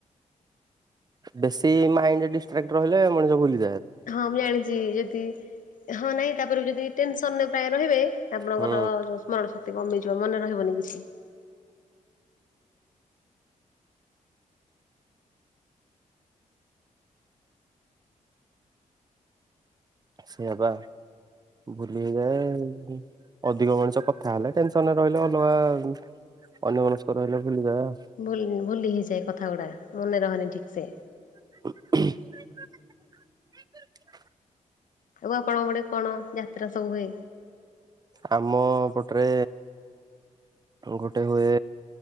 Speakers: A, on the right; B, on the left.
A: ବେଶୀ ମାଇଣ୍ଡ ଡିଷ୍ଟ୍ରାକଟ୍ ରହିଲେ ମଣିଷ ଭୁଲିଯିବ।
B: ହଁ ମୁଁ ଜାଣିଛି ଯେତି, ହଁ ନାଇଁ ତାପରେ ଯଦି ଟେନସ ତନେ ପ୍ରାୟ ରହିବେ ଆପଣଙ୍କର
A: ହୁଁ
B: ଯୋଉ ସ୍ମରଣ ଶକ୍ କମିଯିବ, ମନେ ରହିବନି କିଛି।
A: ସେୟଆବା ଭୁଲି ହେଇଯାଏ, ଅଧିକ ମଣିଷ କଥା ହେଲେ ଟେନସନ୍ ରେ ରହିଲେ ଅଲଗା ଅନ୍ୟ ମନସ୍କ ରହିଲେ। ଭୁଲିଯାଏ ଆଉ
B: ଭ-ଭୁଲି ହେଇଯାଏ କଥା ଗୁଡା। ମନେ ରହେନି ଠିକ୍ ସେ।
A: <inaudible>
B: ଆଉ ଆପଣଙ୍କ ଗୋଟେ କଣ ଯାତ୍ରା ସବୁ ହୁଏ?
A: ଆମ ପଟରେ ଗୋଟେ ହୁଏ,